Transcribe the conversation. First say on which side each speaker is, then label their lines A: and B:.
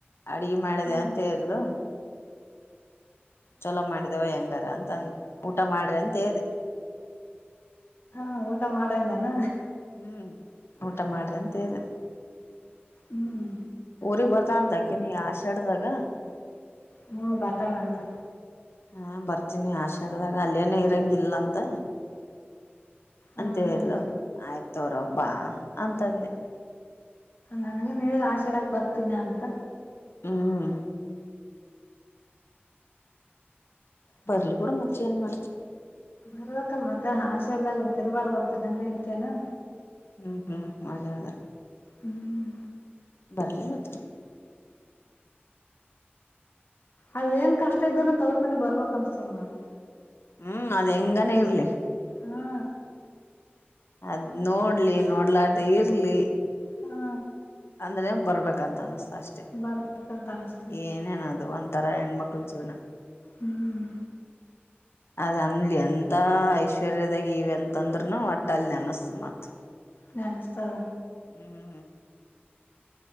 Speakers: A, on the left; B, on the left.
A: ಅಡಿಗಿಮಾಡಿದೆ
B: ಹಾ
A: ಅಂತ ಹೇಳಿದ್ಲು ಚಲೋ ಮಾಡಿದವ ಹೆಂಗಾರ ಅಂತ ಅಂದ ಊಟ ಮಾಡ್ರಿ ಅಂತ ಹೇಳ್ದೆ
B: ಹ ಊಟ ಮಾಡಂದೇನ
A: ಹ್ಮ್ ಊಟ ಮಾಡ್ರಿ ಅಂತ ಹೇಳ
B: ಹ್ಮ್
A: ಊರಿಗ್ ಬರ್ತಳ ಅಂತಾಕಿನುಆಶಾಡ್ದಾಗ
B: ಹ್ಞೂ ಬರ್ತಳ ಅಂತ
A: ಹಾ ಬರ್ತೀನಿ ಆಶಾಡದಾಗ ಅಲ್ಲಿಯನ ಇರಂಗಿಲ್ಲ ಅಂತ
B: ಹ್ಮ್
A: ಅಂತ ಹೇಳಿದ್ಲುಆಯ್ತತೊಗರವ
B: ಹ್ಮ್
A: ಬಾ ಅಂತಂದೆ
B: ನನಗನಹೇಳಿಳಆಶೆಡಕ್ ಬರ್ತೀನಿ ಅಂತ
A: ಹ್ಮ್ ಬರ್ಲಿ ಬುಡು ಮತ್ತೆ ಏನ್ ಮಾಡ್ತಿ
B: ಬರಬೆಕಲ್ ಮತ್ತೆ ಆಾಶೆಡ್ದಾಗ ಮತ್ತಇರಬಾರ್ದ ಅಂತ ಗಂಡ ಹೆಂಡತಿ ಎನು
A: ಹ್ಮ್ ಹ್ಮ್ ಅದೇಅದೇ
B: ಹ್ಮ್
A: ಬರ್ಲಿ ಮತ್ತ
B: ಆ ಏನ್ ಕಷ್ಟ ಇದ್ದ್ರ ತವ್ರ ಮನೆಗ್ ಬರ್ಬೇಕ್ ಅನ್ಸತ ನೋಡು
A: ಹ್ಮ್ ಅದಂಗನಇರ್ಲಿ
B: ಹಾ
A: ಅದ್ ನೋಡ ನಡ್ಲಿ ನೋಡ್ಲಾದ ಇರ್ಲಿ <unintelligible>
B: ಹಾ
A: ಅಂದ್ರೆ ಬರ್ಬೇಕಂತ ಅನಸ್ತದ ಅಷ್ಟೆ
B: ಬರ್ಬೇಕಂತ ಅನಸ್ತದ
A: ಏನೇನದು ಒಂಥರ ಹೆಣ್ಮಕ್ಳ ಕ ಕೊಳ ಜನ <unintelligible>
B: ಹ್ಮ್
A: ಅದನ್ಲಿ ಎಂತ ಐಶ್ವರ್ಯದಾಗ ಇವೆ ಅಂತಂದ್ರನು ಒಟ್ಟಲ್ಲಿ ನೆನಸ್ತದಮತ್
B: ನೆನಸ್ತದ
A: ಹ್ಮ್